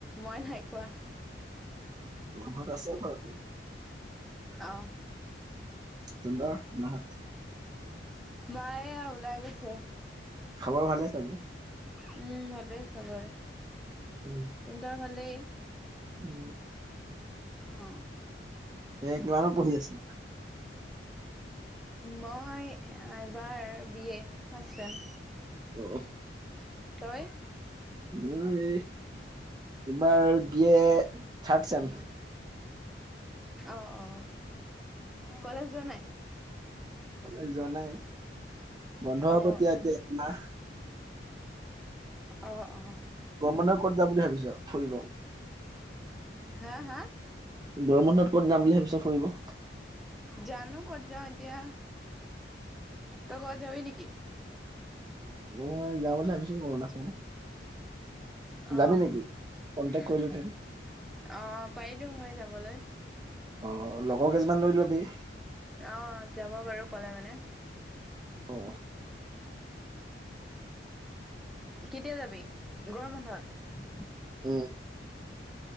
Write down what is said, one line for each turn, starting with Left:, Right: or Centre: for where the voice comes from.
Centre: মই নাই খোৱা।
Right: মাহত আছে বাৰু।
Centre: অ
Right: <unintelligible>
Centre: মায়ে ওলাই গৈছে।
Right: খাবৰ ভালে চবো
Centre: উম ভালেই চবৰে। তহতৰ
Right: উম,
Centre: ভালেই
Right: উম
Centre: অ
Right: কিমানত পঢ়ি আছে?
Centre: মই এবাৰ বি এ ফাষ্ট ছেম।
Right: অ
Centre: তই?
Right: মই এবাৰ বি এ থাৰ্ড ছেম।
Centre: অ অ কলেজ যোৱা নাই।
Right: কলেজ যোৱা নাই বন্ধ হব
Centre: অ',
Right: এতিয়া এতিয়া এমাহ
Centre: অ অ
Right: গৰম বন্ধত ক'ত যাম বুলি ভাবিছ ফুৰিব?
Centre: হা হা,
Right: গৰম বন্ধত ক'ত যাম বুলি ভাবিছ ফুৰিব?
Centre: জানো কত যাও এতিয়া, তই কবাত যাবি নেকি?
Right: উম যাও বুলি ভাবিছো অৰুণাচল।
Centre: অ,
Right: যাবি
Centre: অঁ
Right: নেকি? কন্টেক কৰিলোহেঁতেন
Centre: পাৰিলো হয় যাবলৈ।
Right: অ লগৰ কেইজনিমান লৈ লবি।
Centre: অ যাব বাৰু ক'লে মানে।
Right: অ,
Centre: কেতিয়া যাবি গৰম বান্ধত।
Right: অ,